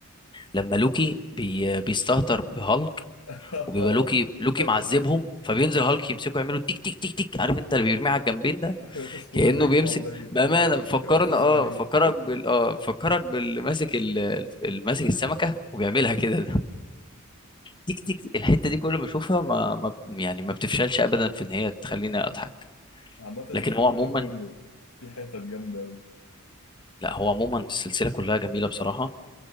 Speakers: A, on the left; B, on the left.
A: لما لوكي بي بيستهتر بهالك
B: <laughs>
A: وبيبقى لوكي لوكي
B: ايوه
A: معذبهم
B: ايوه
A: فبينزل هالك يمسكه يعملوا تيك تيك تيك تيك عارف انت اللي بيرميه على الجنبين ده
B: <laughs> ماسكه
A: كأنه
B: من رجله
A: بيمسك
B: وعمال يديله
A: بأمانة فكرنا
B: <laughs> فراخ
A: اه
B: بانيه
A: فكرك بال اه فكرك باللي ماسك ال- اللي ماسك السمكة وبيعملها كده ده تيك تيك تيك. الحتة دي كل ما اشوفها ما, ما يعني ما بتفشلش ابدا في ان هي تخليني اضحك
B: عامة الفيلم
A: لكن هو عموما
B: ده كله في حتت جامدة أوي
A: لا هو عموما السلسلة كلها جميلة بصراحة